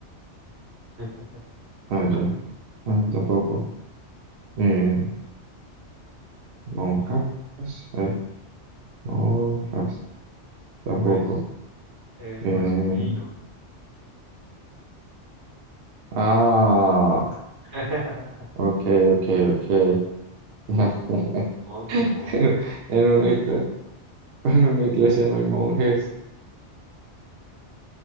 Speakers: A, on the right (about 85°); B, on the right (about 60°).
A: <laughs>
B: Ah, ya. Ah, no, tampoco. Eh, monjas. Hay monjas. Tampoco.
A: pues, en
B: Eh,
A: masculino.
B: ah,
A: <laughs>
B: ok, ok, ok. <laughs>
A: Monje, monje.
B: Pero en una igle- en una iglesia no hay monjes.